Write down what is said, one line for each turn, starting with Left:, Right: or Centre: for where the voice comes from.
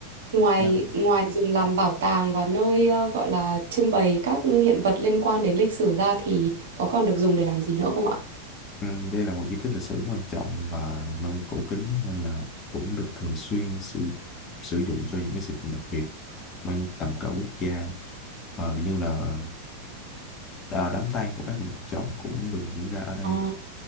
Right: ngoài
Left: đó.
Right: ngoài dùng làm bảo tàng và nơi ờ, gọi là trưng bày các hiện vật liên quan đến lịch sử ra thì có còn được dùng để làm gì nữa không ạ?
Left: Ừ, đây là một di tích lịch sử quan trọng và một nơi cổ kính nên là cũng được thường xuyên sử, sử dụng cho những cái sự kiện đặc biệt mang tầm cỡ quốc gia Ờ, như là à, đám tang của bác Nguyễn Phú Trọng cũng được diễn ra ở đây
Right: Ờ.